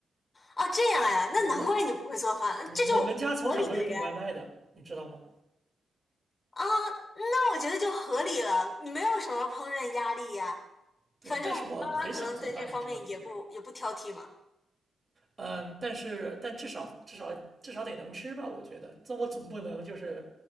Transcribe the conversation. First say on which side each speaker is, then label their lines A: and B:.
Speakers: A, on the left (about 40°); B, on the right (about 30°).
A: 啊，这样呀，
B: 我
A: 那难怪你不会做饭，这就合理了呀。
B: 我们家从小都是点外卖的，你知道吗？
A: 啊，那我觉得就合理了，你没有什么烹饪压力呀。
B: 对，
A: 反正妈妈可能对这方面也不也不挑剔嘛。
B: 但是我很想做饭，你知道吗？就是，嗯，但是但至少至少至少得能吃吧，我觉得。这我总不能就是